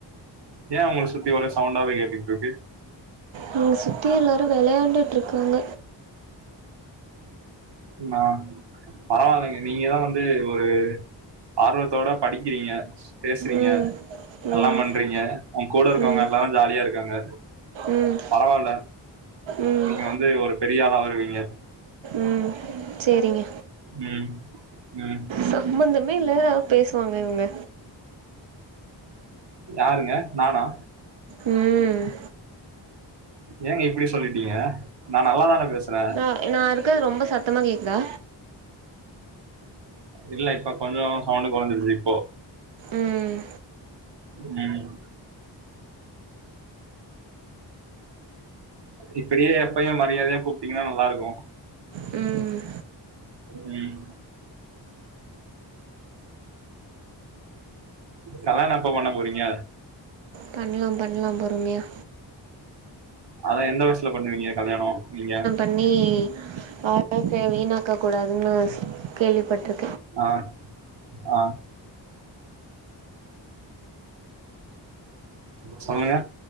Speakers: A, on the right (about 60°); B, on the right (about 75°).
A: ஏ உங்களுக் சுத்தி வர சவுண்டாவே கேட்டுக்ட்ருக்கு
B: இங்க சுத்தி எல்லாரு வெளயாண்டுட்ருக்காங்க
A: நாம் பரவால்லைங்க நீங்கதா வந்து ஒரு ஆர்வத்தோட படிக்கிறீங்க பேசறீங்க
B: ம் ம்
A: எல்லா பண்றீங்க உங் கூட இருக்கவ்ங்க
B: ம்
A: எல்லாரு ஜாலியா இருக்காங்க
B: ம்
A: பரவால்ல
B: ம்
A: நீங்க வந்து ஒரு பெரிய ஆளா வருவீங்க
B: ம் செரிங்க
A: ம் ம்
B: சம்மந்தமே இல்ல பேசுவாங்க இவங்க
A: யாருங்க நானா
B: ம்
A: ஏங்க இப்பிடி சொல்லிட்டீங்க நா நல்லாதான பேசறே
B: அ இல் நா இருக்கறது ரொம்ப சத்தமா கேக்குதா
A: இல்ல இப்ப கொஞ்சோ சவுண்டு கொறஞ்சிருச்சு இப்போ
B: ம்
A: ம் இப்பிடியே எப்பயு மரியாதையா கூப்ட்டீங்கனா நல்லாருக்கு
B: ம்
A: ம் கல்யாண எப்ப பண்ண போறீங்க
B: பண்லா பண்லா பொறுமையா
A: அதா எந்த வயசுல பண்ணுவீங்க கல்யாண நீங்க
B: நீ வாழ வீணாக்கக் கூடாதுன்னு கேள்விப்பட்டிரு
A: ஆ ஆ சொல்லுங்க